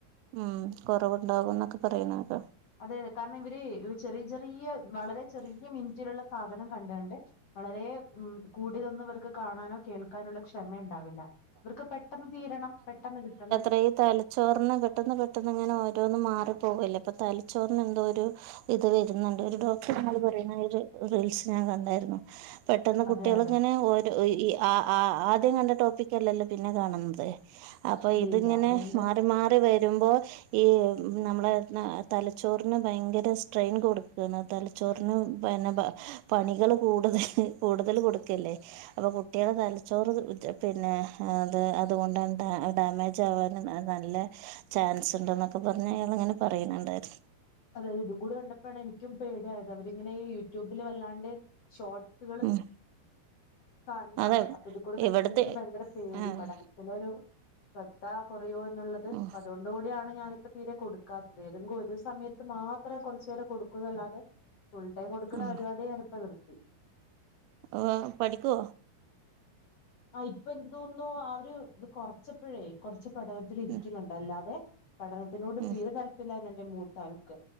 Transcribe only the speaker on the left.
അതെ അതെ കാരണം ഇവര് ചെറിയ ചെറിയ വളരെ ചെറിയ മിനറ്റിലുള്ള സാധനം കണ്ടാണ്ട് വളരെ ഉം കൂടിയതൊന്നു ഇവർക്ക് കാണാനോ കേൾക്കാനുള്ള ക്ഷമണ്ടാവില്ല ഇവർക്ക് പെട്ടെന്ന് തീരണം പെട്ടെന്ന് കിട്ടണം
അതെ
അതെ
ഇല്ല
ഇല്ല അതുകൊണ്ട്
അതെ ഇതു കൂടെ കണ്ടപ്പോണ് എനിക്കും പേടിയായത് അവരിങ്ങനെ യൂട്യൂബിൽ വല്ലാണ്ട് ഷോട്സ്
കാണുന്ന
ആള് അപ്പൊ ഇത് കൂടെ കണ്ടപ്പോ
എനിക്ക് ഭയങ്കര പേടി
പഠനത്തിലൊരു ശ്രദ്ധ കൊറയോ ന്നുള്ളത്
അതൊണ്ടുകൂടിയാണ് ഞാനിപ്പോ തീരെ കൊടുക്കാത്തത് ഏതങ്കു ഒരു സമയത്ത് മാത്രം കൊറച്ചേരം കൊടുക്കുന്നല്ലാതെ ഫുൾ ടൈം കൊടുന്ന
പരിപാടിയെ ഞാൻ ഇപ്പ നിർത്തി
ആഹ് ഇപ്പൊ എന്ത് തോന്നുന്നു അവര് ഇത് കൊറച്ചപ്പഴേ കൊറച്ച് പഠനത്തില് ഇരിക്കുന്നുണ്ട്ല്ലാതെ
പഠനത്തിനോട്
തീരെ താല്പര്യല എന്റെ മൂത്താണുക്ക്